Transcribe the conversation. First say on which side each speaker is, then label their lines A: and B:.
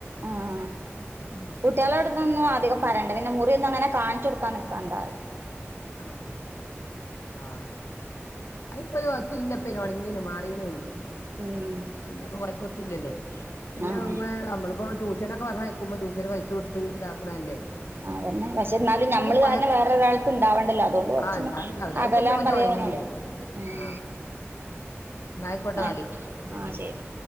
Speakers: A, on the right; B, on the left.
A: ആഹ്
B: ഉം
A: കുട്ടികള് എവിടെ പോയിന്. അധികം പറയണ്ടേന്ന മുറിയൊന്നും അങ്ങനെ കാണിച്ചു കൊടുക്കാൻ നിൽക്കാണ്ടാന്ന്‌.
B: ആഹ് ആഹ് <unintelligible> പിന്നെ ഉണങ്ങീന്ന് മാറീണേന്ന്
A: ഉം
B: പിന്നെപ്പോ കുഴപ്പത്തില്ലല്ലോ പിന്നെ
A: ആഹ്
B: ഇ നമ്മളിപ്പോ ട്യൂഷന്നൊക്കെ പറഞ്ഞ ഉമ്മ ട്യൂഷന് പൈസ കൊടുത്ത് ഇതാക്കണല്ലേ.
A: അതന്നെ പക്ഷെ എന്നാലും നമ്മള്
B: അത് കുപ്പായൊക്കെ
A: കാരണം വേറെരാൾക്ക് ഉണ്ട് ഉണ്ടാവണ്ടല്ലോ, അതുകൊണ്ട് കൊറച്ചന്ന്
B: ആ എന്നാ ഉണ്ടാവില്ല
A: അകലാൻ
B: അതിപ്പോ ഞോന്റെ
A: പറയാ
B: ഉണങ്ങിയില്ലേ
A: അവനോട് ഉം
B: ആ എന്നാ ആയിക്കോട്ടെ എന്നാല്
A: ആ
B: എന്നാ
A: ആഹ് ശരി